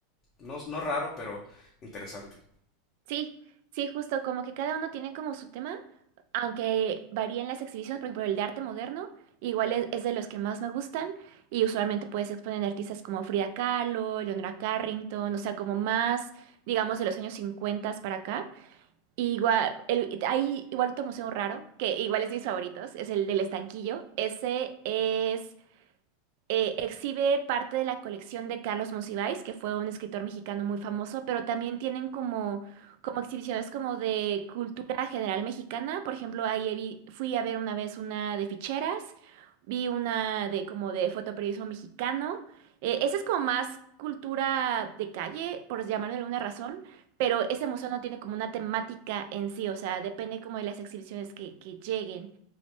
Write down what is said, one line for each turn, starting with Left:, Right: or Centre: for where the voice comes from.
Left: no, no raro, pero interesante.
Right: Sí, sí, justo como que cada uno tiene como su tema, aunque varían las exhibiciones, por ejemplo, el de arte moderno, igual es, es de los que más me gustan y usualmente puedes exponer artistas como Frida Kahlo, Leonora Carrington, o sea, como más, digamos, de los años 50 para acá. Y igual, el- hay igual otro museo raro, que igual es de mis favoritos, es el del Estanquillo. Ese es eh, exhibe parte de la colección de Carlos Monsiváis, que fue un escritor mexicano muy famoso, pero también tienen como, como exhibiciones como de cultura general mexicana. Por ejemplo, ahí vi- fui a ver una vez una de ficheras, vi una de como de fotoperiodismo mexicano. Eh, esa es como más cultura de calle, por llamarlo de alguna razón. Pero ese museo no tiene como una temática en sí, o sea, depende como de las exhibiciones que, que lleguen.